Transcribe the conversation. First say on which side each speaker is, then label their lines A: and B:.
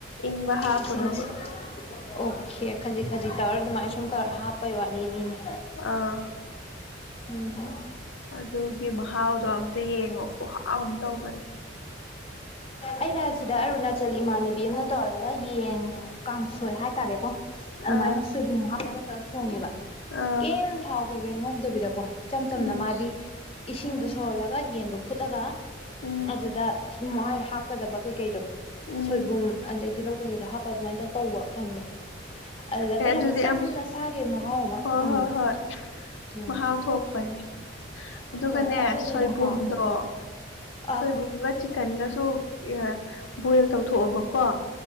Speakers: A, on the left; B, on the left.
A: ꯏꯪꯕ ꯍꯥꯞꯄꯨꯅꯣꯕ
B: ꯏꯁꯤꯡꯁ ꯑꯣꯈꯦ ꯈꯖꯤꯛ ꯈꯖꯤꯛ ꯇꯧꯔ ꯑꯗꯨꯃꯥꯏꯟ ꯁꯨꯝ ꯇꯧꯔ ꯍꯥꯞꯄꯩ ꯋꯥꯔꯤꯅꯤꯅꯦ
A: ꯑꯥ
B: ꯎꯝ
A: ꯑꯗꯨꯒꯤ ꯃꯍꯥꯎꯗꯣ ꯑꯝꯇ ꯌꯦꯡꯉꯣ ꯈꯨꯍꯥꯎ ꯑꯝ ꯇꯧꯕꯅꯦ
B: ꯑꯩꯅ ꯁꯤꯗ ꯑꯔꯨꯅꯥꯆꯜ ꯏꯃꯥꯟꯅꯕꯤ ꯑꯝꯅ ꯇꯧꯔꯒ ꯌꯦꯟ ꯀꯥꯡꯁꯣꯏ ꯍꯥꯏꯇꯥꯔꯦꯀꯣ ꯑꯗꯨꯃꯥꯏꯅ
A: ꯑꯥ
B: ꯁꯣꯏꯕꯨꯝ ꯍꯥꯞꯄꯒ ꯇꯧꯔ ꯊꯣꯡꯉꯦꯕ
A: ꯑꯥ
B: ꯀꯤꯝ ꯊꯥꯎ ꯀꯩꯀꯩ ꯉꯧꯗꯕꯤꯗꯀꯣ ꯏꯆꯝ ꯆꯝꯅ
A: ꯎꯝ
B: ꯃꯥꯗꯤ ꯏꯁꯤꯡꯗꯣ ꯁꯧꯍꯜꯂꯒ ꯌꯦꯟꯗꯣ ꯐꯨꯠꯂꯒ
A: ꯎꯝ
B: ꯑꯗꯨꯗ ꯁꯨꯃꯥꯏ ꯍꯥꯞꯀꯗꯕ ꯀꯩꯀꯩꯗꯣ ꯁꯣꯏꯕꯨꯝ
A: ꯎꯝ
B: ꯑꯗꯩ ꯇꯤꯜꯍꯧ ꯀꯩꯀꯩꯗꯣ ꯍꯥꯞꯄꯒ ꯑꯗꯨꯃꯥꯏꯟ ꯇꯧꯔ ꯇꯧꯕ ꯈꯪꯕ꯭ꯔꯥ ꯑꯗꯨꯗ ꯑꯃ
A: ꯑꯦ
B: ꯌꯥꯝ
A: ꯑꯗꯨꯗꯤ
B: ꯆꯝꯅ
A: ꯑꯝ
B: ꯁꯥꯒꯤ ꯃꯍꯥꯎ ꯑꯃ
A: ꯍꯣꯏ
B: ꯐꯪꯕꯗꯣ
A: ꯍꯣꯏ ꯍꯣꯏ
B: ꯎꯝ
A: ꯃꯍꯥꯎ ꯊꯣꯛꯄꯅꯦ ꯑꯗꯨꯒꯅꯦ
B: ꯍꯣꯏ ꯑꯗꯨꯅ
A: ꯁꯣꯏꯕꯨꯝꯗꯣ
B: ꯍꯦꯟꯅ ꯍꯥꯎꯋꯦꯕ ꯑꯥ
A: ꯁꯣꯏꯕꯨꯝꯒ ꯆꯤꯛꯀꯟꯒꯁꯨ ꯏꯌꯥ ꯕꯣꯏꯜ ꯇꯧꯊꯣꯛꯑꯕꯀꯣ